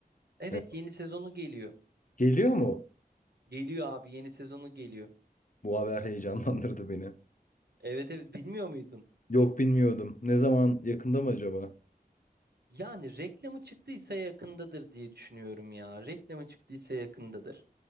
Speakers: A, on the right; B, on the left.
A: Evet
B: E,
A: yeni sezonu geliyor.
B: Geliyor mu?
A: Geliyor abi yeni sezonu geliyor.
B: Bu haber heyecanlandırdı beni.
A: Evet evet bilmiyor muydun?
B: Yok bilmiyordum. Ne zaman yakında mı acaba?
A: Yani reklamı çıktıysa yakındadır diye düşünüyorum ya. Reklamı çıktıysa yakındadır.